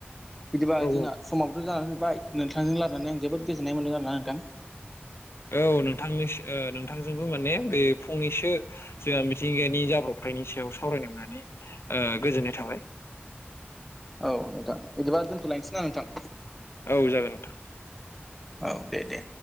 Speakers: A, in the centre; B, on the left (about 75°).
A: बिदिबा
B: औ
A: जोंना समाबोथ' जानानै फैबाय बाय नोंथांजों रायलानानै आं जोबोद गोजोननाय मोन्दों आरोना नोंथां
B: औ नोंथांनि नोंथांजोंबो माने बे फंनैसो जोंहा मिथिंगायानि जाब्रथाय बेनि सायाव सावरायनो होनानै ओ गोजोननाय थाबाय
A: औ नोंथां बिदिबा दोनथ'लायनोसै ना नोंथां
B: औ जागोन नोंथां
A: औ दे दे